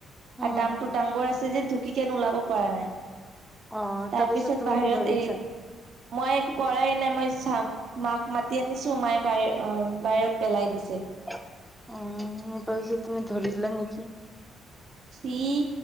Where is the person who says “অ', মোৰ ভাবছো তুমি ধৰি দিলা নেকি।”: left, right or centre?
Centre